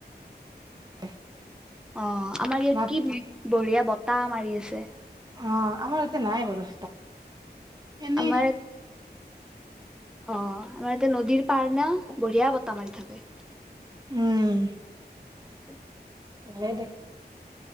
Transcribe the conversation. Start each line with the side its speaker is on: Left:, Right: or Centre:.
Right: <inaudible>
Centre: অ আমাৰ ইয়াত
Right: মাত
Centre: কি বঢ়িয়া বতাহ মাৰি আছে
Right: অ আমাৰ এতিয়া নাই বাৰু এনেই
Centre: আমাৰ অ আমাৰ এতিয়া নদীৰ পাৰ না বঢ়িয়া বতাহ মাৰি থাকে
Right: উম
Centre: উ
Right: এনেই দে